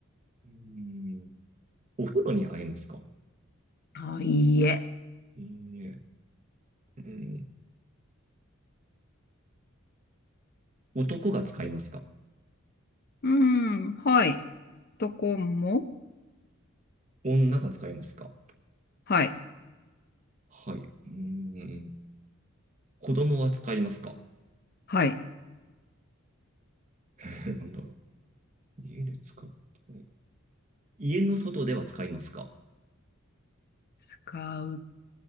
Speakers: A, on the right; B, on the left.
A: ーんお風呂にありますか
B: あ、いいえ。
A: いいえうん男が使いますか
B: うん、はい。とこも、
A: 女が使いますか
B: はい、
A: はい。うーん子供は使いますか
B: はい。
A: <laughs> なんだろう家で使って。家の外では使いますか
B: 使う、